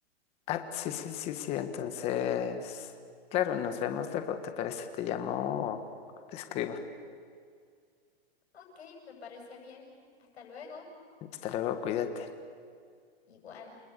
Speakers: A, on the left (about 20°); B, on the left (about 85°).
A: Ah, sí, sí, sí, sí, entonces, claro, nos vemos luego, ¿te parece? Te llamo, o te escribo.
B: Ok, me parece bien. Hasta luego.
A: Hasta luego, cuídate.
B: Igual.